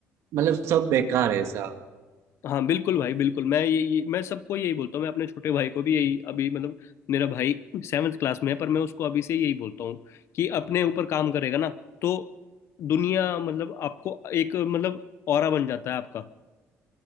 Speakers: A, on the right; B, on the left.
A: मतलब सब बेकार है ऐसा
B: हाँ बिल्कुल भाई बिल्कुल मैं ये, ये मैं सबको यही बोलता हूँ मैं अपने छोटे भाई को भी यही अभी मतलब मेरा भाई सेवन्थ क्लास में है पर मैं उसको अभी से यही बोलता हूँ कि अपने ऊपर काम करेगा ना तो दुनिया मतलब आपको एक मतलब ऑरा बन जाता है आपका